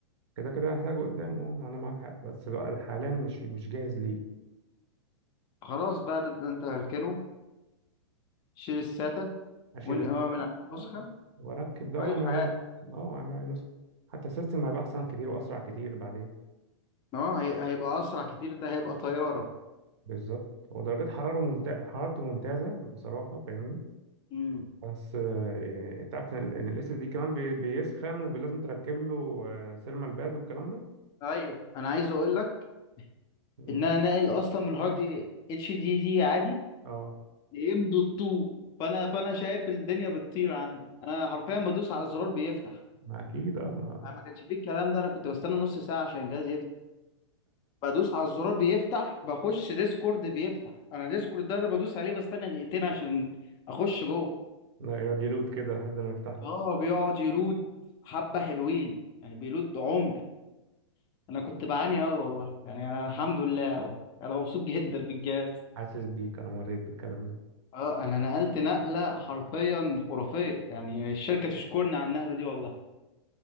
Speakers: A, on the right (about 60°); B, on the left (about 25°).
A: كده هحتاجه قدام اه انا معاك حق بس الوقت حاليا مش مش جاهز ليه
B: خلاص بقى ده, ده انت هركنه شيل الساتا
A: اشيل
B: وانقع
A: الساده
B: من على النسخة
A: اه واركب ده
B: عيش
A: واعمل
B: حياتك
A: عليه نسخ اه اعمل عليه نسخ حتى السيستم هيبقى احسن كتير واسرع كتير بعدين
B: اه هي... هيبقى اسرع كتير ده هيبقى طيارة
A: بالظبط ودرجات حراره ممتازه حرارته ممتازه بصراحه فاهمني
B: مم.
A: بس آه، آه، تعرف ان ال- إن ال اس دي كمان بي- بيسخن ولازم تركب له آه، سيرمال باد والكلام ده
B: ايوه انا عايز اقول لك
A: مم.
B: ان انا ناقل اصلا من هارد اتش دي دي عادي
A: اه
B: لام دوت 2 فانا فانا شايف الدنيا بتطير عندي انا حرفيا بدوس على الزرار بيفتح
A: ما اكيد اه ما
B: انا ما كانش فيه الكلام ده انا كنت بستنى نص ساعه عشان الجهاز يفتح بدوس على الزرار بيفتح بخش ديسكورد بيفتح انا ديسكورد ده, ده بدوس عليه بستنى دقيقتين عشان اخش جوه
A: لا، يقعد يلوت كده لحد ما يفتح لك
B: اه بيقعد يلود حبه حلوين يعني بيلود عمر انا كنت بعاني قوي والله يعني انا الحمد لله قوي انا مبسوط جدا بالجهاز
A: حاسس بيك انا مريت بالكلام ده
B: اه انا نقلت نقله حرفيا خرافيه يعني الشركه تشكرني على النقله دي والله